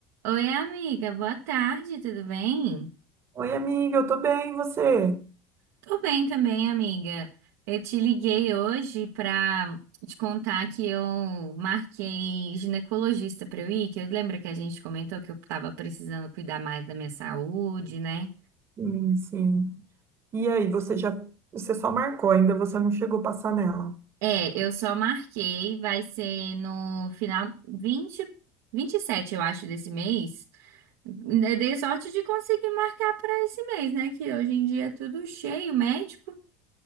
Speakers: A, on the right; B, on the right.
A: Oi, amiga, boa tarde, tudo bem?
B: Oi, amiga, eu tô bem, e você?
A: Tô bem também, amiga. Eu te liguei hoje pra te contar que eu marquei ginecologista pra eu ir, que eu lembro que a gente comentou que eu tava precisando cuidar mais da minha saúde, né?
B: Sim, sim. E aí, você já, você só marcou, ainda você não chegou a passar nela.
A: É, eu só marquei, vai ser no final vinte, vinte e sete, eu acho, desse mês. Eu Dei sorte de conseguir marcar pra esse mês, né? Que hoje em dia é tudo cheio, médico.